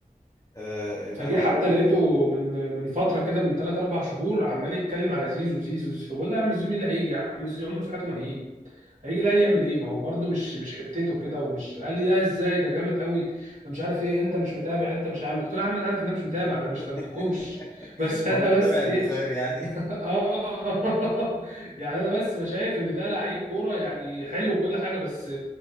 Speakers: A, on the left; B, on the right.
A: آه،
B: فجه
A: انا
B: حتى
A: عايز اقول لك
B: لقيته من من فتره كده من ثلاث اربع شهور عمال يتكلم على زيزو زيزو زيزو. فبقول له يا عم زيزو مين اللي هيجي يا عم زيزو عمره في حياته ما هيجي هيجي الاهلي يعمل ايه ما هو برده مش مش حتته كده ومش قال لي لا ازاي ده جامد قوي ده مش عارف ايه انت مش متابع انت مش عامل قلت له يا عم انا عارف ان انا مش متابع انا مش
A: <laughs>
B: هدمتكمش <laughs> بس انا
A: وانا متابع
B: بس ايه
A: البخاري يعني
B: اه <laughs> يعني انا بس شايف ان ده لعيب كوره يعني حلو وكل حاجه بس